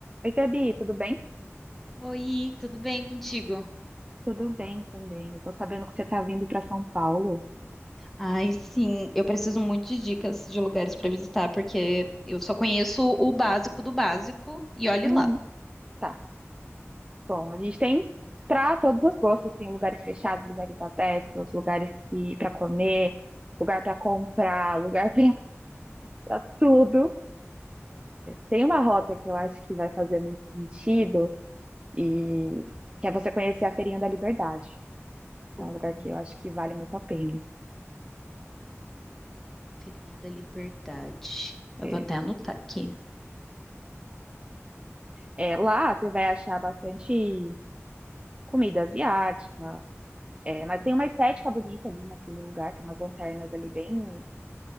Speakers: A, on the right (about 20°); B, in the centre.
A: Oi, Gabi, tudo bem?
B: Oi, tudo bem contigo?
A: Tudo bem também. Eu tô sabendo que você tá vindo pra São Paulo.
B: Ai, sim, eu preciso muito de dicas de lugares para visitar, porque eu só conheço o básico do básico e olhe
A: Uhum.
B: lá.
A: Tá. Bom, a gente tem para todos os gostos, tem lugares fechados, lugares abertos, lugares que para comer, lugar para comprar, lugar para <laughs> tudo. Tem uma rota que eu acho que vai fazer muito sentido e que é você conhecer a Feirinha da Liberdade. Então,
B: Hum,
A: é um lugar que eu acho que vale muito a pena.
B: Feirinha da Liberdade. Eu
A: É,
B: vou até anotar aqui.
A: é, lá você vai achar bastante comida asiática, É, mas tem uma estética bonita ali naquele lugar, tem umas lanternas ali bem,